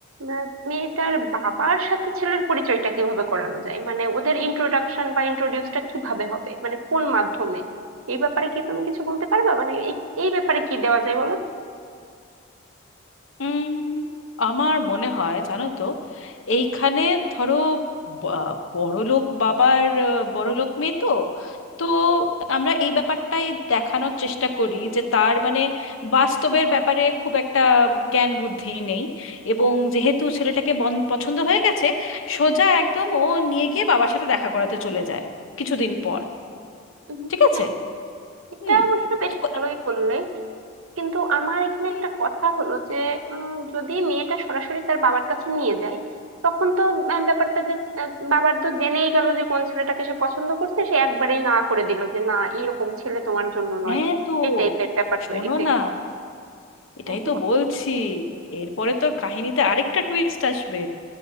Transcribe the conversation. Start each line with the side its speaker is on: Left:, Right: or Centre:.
Right: না, মেয়েটার বাবার সাথে ছেলের পরিচয়টা কিভাবে করানো যায় মানে ওদের ইন্ট্রোডাকশন বা ইন্ট্রোডিউসটা কিভাবে হবে মানে কোন মাধ্যমে এই ব্যাপারে কি তুমি কিছু বলতে পারবা মানে এই এই ব্যাপারে কি দেওয়া যায় বলো তো?
Left: উম, আমার মনে হয় জানো তো এইখানে ধরো বা- বড়লোক বাবার আহ, বড়লোক মেয়ে তো তো আমরা এই ব্যাপারটাই দেখানোর চেষ্টা করি যে তার মানে বাস্তবের ব্যাপারে খুব একটা জ্ঞান বুদ্ধি নেই এবং যেহেতু ছেলেটাকে বন- পছন্দ হয়ে গেছে সোজা একদম ও নিয়ে গিয়ে বাবার সাথে দেখা করাতে চলে যায় কিছুদিন পর
Right: উম,
Left: ঠিক আছে
Right: হ্যাঁ এটা
Left: হুম
Right: অবশ্য বেশ
Left: তো
Right: ভালোই
Left: এ-
Right: বললে কিন্তু আমার এখানে
Left: হুম,
Right: একটা কথা হলো যে উম, যদি মেয়েটা সরাসরি তার বাবার কাছে নিয়ে যায় তখন তো আহ, ব্যাপারটা যে আহ, বাবার তো জেনেই গেল যে কোন ছেলেটাকে সে পছন্দ করছে সে একবারেই না করে দিল যে না এরকম ছেলে তোমার জন্য
Left: হ্যাঁ
Right: নয়
Left: তো
Right: এই টাইপের ব্যাপার
Left: শোনো
Right: তৈরি হয়ে
Left: না
Right: গেল
Left: এটাই
Right: হ্যাঁ
Left: তো
Right: বলো
Left: বলছি এরপরে তো কাহিনীতে আরেকটা টুইস্ট আসবে